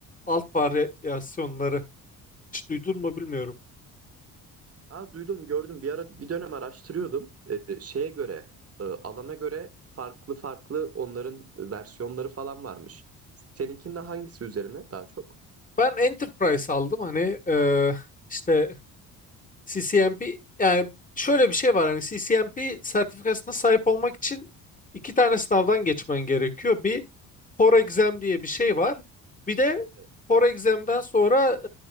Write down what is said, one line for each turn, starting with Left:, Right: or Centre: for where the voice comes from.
Left: alt varyasyonları. Hiç duydun mu bilmiyorum.
Right: Aa, duydum gördüm bir ara bir dönem araştırıyordum Ee, şeye göre e, alana göre farklı farklı onların versiyonları falan varmış. Seninkinde hangisi üzerine daha çok?
Left: Ben Enterprise aldım hani e, işte C C M P yani şöyle bir şey var hani C C M P sertifikasına sahip olmak için iki tane sınavdan geçmen gerekiyor. Bir Core Exam diye bir şey var. Bir de
Right: Evet.
Left: Core Exam'den sonra